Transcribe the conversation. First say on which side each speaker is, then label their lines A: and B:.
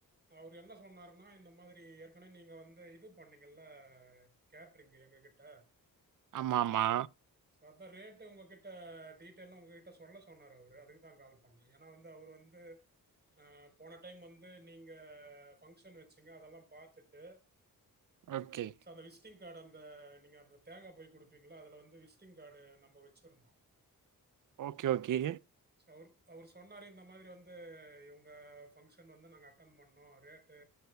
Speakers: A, on the right (about 30°); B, on the right (about 60°).
A: அவரு என்ன சொன்னாருன்னா இந்த மாத்ரி ஏற்கனவே நீங்க வந்து இது பண்ணீங்கல்ல கேட்றீங் எங்க கிட்ட
B: ஆமா ஆமா
A: சோ அதா ரேட்டு உங்ககிட்ட டீட்டெய்ல்னா உங்ககிட்ட சொல்ல சொன்னாரு அவரு அதுக் தான் கால் பண்ண ஏன்னா வந்து அவரு வந்து ஆ போன டைம் வந்து நீங்க ஃபங்க்ஷன் வச்சிங்க அதெல்லா பாத்துட்டு <inaudible>
B: ஓகே
A: ஸோ அந்த விசிட்டிங் கார்டு அந்த நீங்க அந்த தேங்கா பை குடுப்பீங்ல்ல அதுல வந்து விசிட்டிங் கார்டு நம்ப வச்சிருந்தோ
B: ஓகே ஓகே
A: சொ அவர் அவரு சொன்னாரு இந்த மாரி வந்து இவங்க ஃபங்க்ஷன் வந்து நாங்க அட்டன் பண்ணோ ரேட்டு